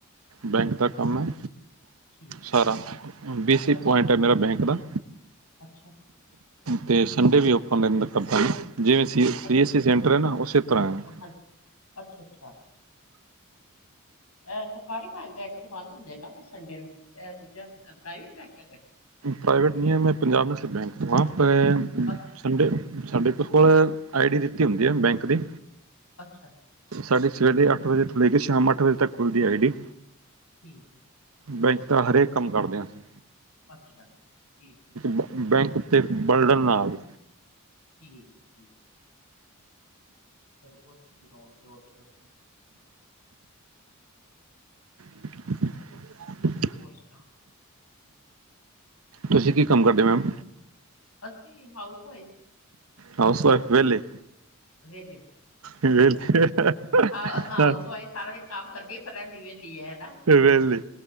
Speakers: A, on the right; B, on the left.
A: ਬੈਂਕ ਦਾ ਕੰਮ ਹੈ।
B: ਠੀਕ ਏ,
A: ਸਾਰਾ ਬੀ ਸੀ
B: ਅੱਛਾ-ਅੱਛਾ,
A: ਪੁਆਇੰਟ ਏ ਮੇਰਾ ਬੈਂਕ ਦਾ।
B: ਅੱਛਾ।
A: ਤੇ ਸੰਡੇ ਵੀ ਓਪਨ ਦ ਕਰਦਾ ਜ ਜਿਵੇਂ ਸੀ
B: ਅੱਛਾ
A: ਐੱਸ ਸੀ ਸੈਂਟਰ ਹੈ ਨਾ ਉਸੇ ਤਰ੍ਹਾਂਹ ਐ।
B: ਹਾਂ, ਹਾਂਜੀ, ਅੱਛਾ-ਅੱਛਾ। ਐ ਸਰਕਾਰੀ ਬੈਂਕ ਤੇ ਬੰਦ ਹੁੰਦੇ ਆ ਨਾ ਫਿਰ ਸੰਡੇ ਨੂੰ ਇਹ ਦੂਜਾ ਅ ਪ੍ਰਾਈਵੇਟ ਬੈਂਕ ਹੈ ਕਿ।
A: ਪ੍ਰਾਈਵੇਟ ਨਹੀਂ ਏ ਮੈਂ ਪੰਜਾਬ ਨੈਸ਼ਨਲ ਬੈਂਕ ਤੋਂ ਆ ਪ
B: ਅੱਛਾ,
A: ਸੰਡੇ ਸੰਡੇ ਤੇ ਫੁਲ ਆਈ ਡੀ ਦਿੱਤੀ ਹੁੰਦੀ ਆ ਬੈਂਕ ਦੀ।
B: ਅੱਛਾ‌।
A: ਸਾਡੀ ਸਵੇਰ ਦੇ ਅੱਠ ਵਜੇ ਤੋਂ ਲੇਗੇ ਸ਼ਾਮ ਅੱਠ ਵਜੇ ਤੱਕ ਖੁੱਲਦੀ ਆਈ ਡੀ।
B: ਠੀਕ ਹੈ।
A: ਬੈਂਕ ਦਾ ਹਰੇਕ ਕੰਮ ਕਰਦੇ ਆ ਅਸੀਂ
B: ਅੱਛਾ ਠੀਕ ਏ
A: ਬ ਬੈਂਕ ਉੱਤੇ ਬਰਡਨ ਨਾ ਆਵੇ
B: ਠੀਕ ਏ ਠੀਕ ਏ ਚਲੋ ਬਹੁਤ ਅੱਛੀ ਜੋਬ ਐ ਤੁਹਾਡੀ ਤੇ
A: <inaudible>
B: ਹੋਰ ਸੁਨਾਓ
A: ਤੁਸੀਂ ਕੀ ਕੰਮ ਕਰਦੇ ਓ ਮੈਮ
B: ਅਸੀਂ ਹਾਊਸ ਵਾਈਫ
A: ਹਾਊਸ ਵਾਇਫ ਵੇਹਲੇ
B: ਵੇਹਲੇ,
A: ਵਿਹਲੇ
B: ਹਾਊਸ ਵਾਇਫ ਸਾਰਾ ਦਿਨ ਕਾਮ ਕਰਦੀ ਏ ਪਰ ਰਹਿੰਦੀ ਵੇਲੀ ਏ ਹੈਨਾ
A: ਵੇਹਲੇ